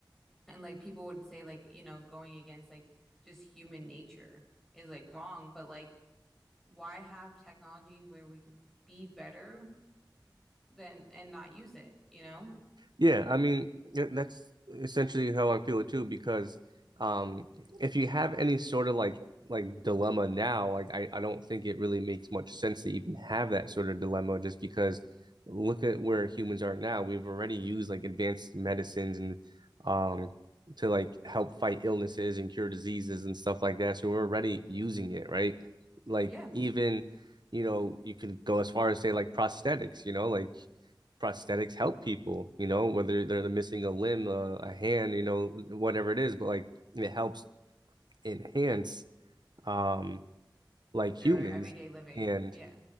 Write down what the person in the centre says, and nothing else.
And like people would say like, you know, going against like just human nature is like wrong, but like why have technology where we could be better than and not use it, you know?
Yeah,
their
everyday living.
Yeah.